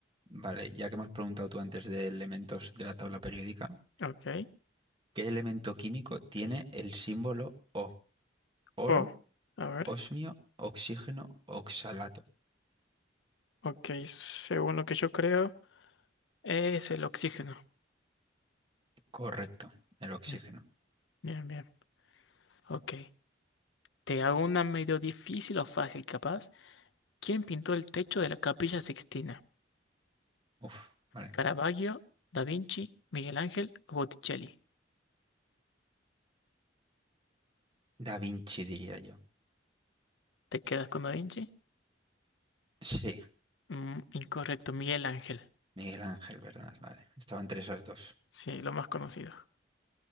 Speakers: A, on the right; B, on the left.
A: vale, ya que me has preguntado tú antes de elementos de la tabla periódica,
B: Ok.
A: ¿qué elemento químico tiene el símbolo O? ¿Oro?
B: Oh, a ver.
A: Osmio, oxígeno, oxalato.
B: Ok, según lo que yo creo, es el oxígeno.
A: Correcto, el oxígeno.
B: Bien, bien, bien. Ok. ¿Te hago una medio difícil o fácil, capaz? ¿Quién pintó el techo de la Capilla Sixtina?
A: Uf, vale.
B: ¿Caravaggio, Da Vinci, Miguel Ángel o Botticelli?
A: Da Vinci diría yo.
B: ¿Te quedas con Da Vinci?
A: Sí,
B: Mm, incorrecto, Miguel Ángel.
A: Miguel Ángel, ¿verdad? Vale, estaban entre esas dos.
B: Sí, lo más conocido.